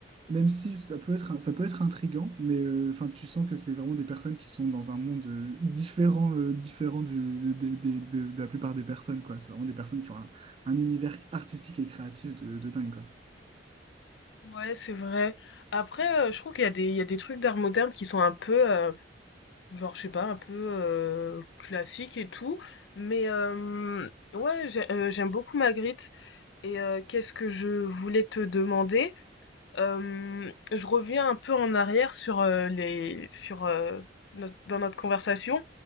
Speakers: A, on the right; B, on the left.
A: même si ça peut être, ça peut être intriguant, mais euh, enfin, tu sens que c'est vraiment des personnes qui sont dans un monde euh, différent, euh, différent du, des- des- de, de la plupart des personnes, quoi. C'est vraiment des personnes qui ont un, un univers artistique et créatif de, de dingue, quoi.
B: Ouais, c'est vrai. Après, euh, je trouve qu'il y a des, il y a des trucs d'art moderne qui sont un peu, euh, Genre, je sais pas, un peu euh, classique et tout. Mais euh, ouais, j'ai- euh, j'aime beaucoup Magritte. Et euh, qu'est-ce que je voulais te demander? Euh, je reviens un peu en arrière sur euh, les sur euh, notre- dans notre conversation.